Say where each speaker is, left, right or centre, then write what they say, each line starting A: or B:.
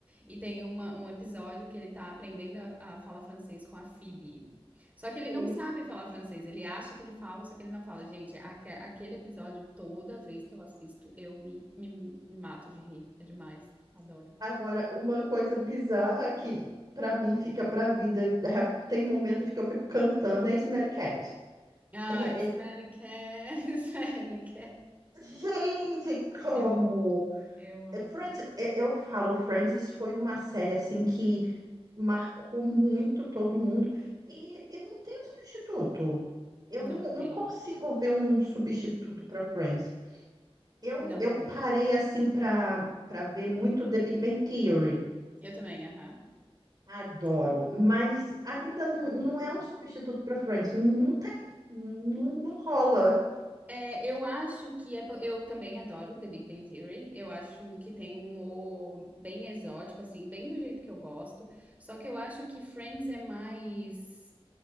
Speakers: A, on the right (about 15°); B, on the right (about 40°).
A: E tem uma, um episódio que ele tá aprendendo a, a falar francês com a Phoebe. Só que ele
B: hum.
A: não sabe falar francês, ele acha que ele fala, só que ele não fala. Gente, aque- aquele episódio, toda vez que eu assisto, eu me, me, me mato de rir. É demais. Adoro.
B: agora, uma coisa bizarra que pra mim fica pra vida, é, tem momentos que eu fico cantando, é Smelly Cat.
A: Ah,
B: É-
A: Smelly
B: é-
A: Cat, <laughs> Smelly Cat.
B: gente, como?
A: Eu amo, eu amo.
B: É, Friends, é, eu falo, Friends foi uma série assim que marcou muito todo mundo e, e não tem um substituto. Eu
A: Não
B: não,
A: tem,
B: não consigo ver um substituto para Friends. Eu,
A: não
B: eu
A: tem.
B: parei assim para para ver muito The Big Bang Theory.
A: Eu também, aham,
B: Adoro,
A: também.
B: mas ainda não, não é um substituto para Friends. Não tem, não, não rola.
A: É, eu acho que é. po- Eu também adoro The Big Bang Theory. Eu acho que tem um humor bem exótico, assim, bem do jeito que eu gosto. Só que eu acho que Friends é mais